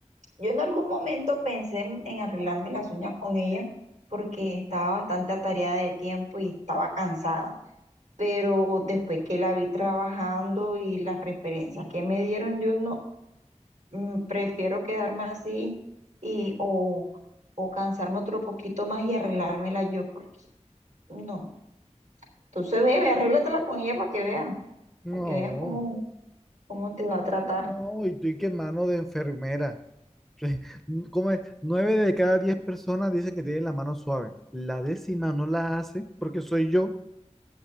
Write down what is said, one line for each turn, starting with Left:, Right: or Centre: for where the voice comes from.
Right: yo en algún momento pensé en, en arreglarme las uñas con ella porque estaba bastante atareada de tiempo y estaba cansada. Pero después que la vi trabajando y las referencias que me dieron, yo no mm, prefiero quedarme así y o, o cansarme otro poquito más y arreglármela yo porque no. Entonces, bebe, arréglatela con ella para que veas.
Centre: No,
Right: para que veas cómo, cómo te va a tratar.
Centre: no, no, y tú y qué mano de enfermera. <laughs> Como es? Nueve de cada diez personas dicen que tienen la mano suave. La décima no la hace porque soy yo.